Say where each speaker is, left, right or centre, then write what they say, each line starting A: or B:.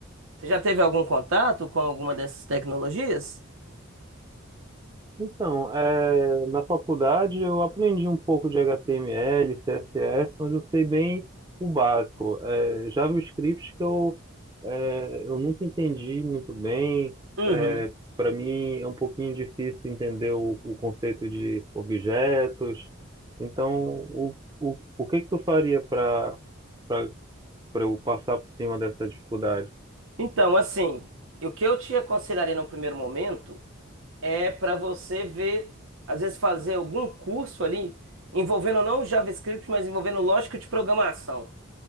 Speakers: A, on the right; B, on the right.
A: Você já teve algum contato com alguma dessas tecnologias?
B: Então, é, na faculdade eu aprendi um pouco de HTML, CSS, mas eu sei bem o básico. É, JavaScript que eu, é, eu nunca entendi muito bem.
A: Uhum.
B: É, para mim é um pouquinho difícil entender o, o conceito de objetos. Então, o, o, o que que tu faria para para eu passar por cima dessa dificuldade?
A: Então, assim, o que eu te aconselharia no primeiro momento é para você ver, às vezes fazer algum curso ali envolvendo não o JavaScript, mas envolvendo lógica de programação.